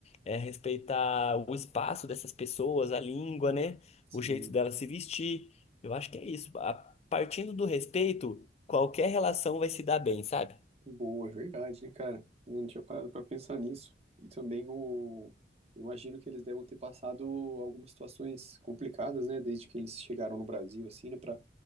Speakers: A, on the left; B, on the right.
A: é, respeitar o espaço dessas pessoas, a língua, né,
B: Sim.
A: o jeito delas se vestir. Eu acho que é isso. A- partindo do respeito, qualquer relação vai se dar bem, sabe?
B: Boa, é verdade, né, cara? Eu não tinha parado pra pensar nisso. E também o. Eu imagino que eles devem ter passado algumas situações complicadas, né? Desde que eles chegaram no Brasil, assim, né? Pra